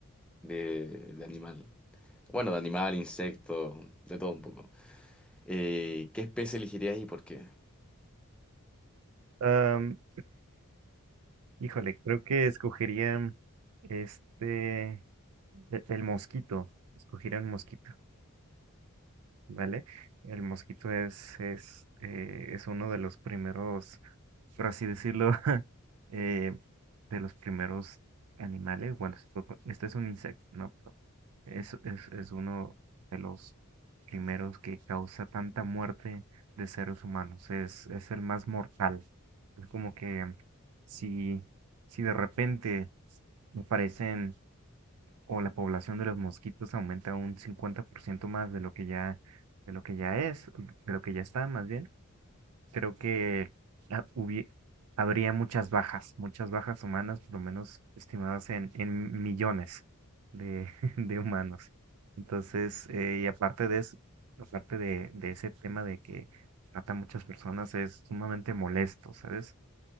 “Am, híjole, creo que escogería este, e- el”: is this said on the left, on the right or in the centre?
Right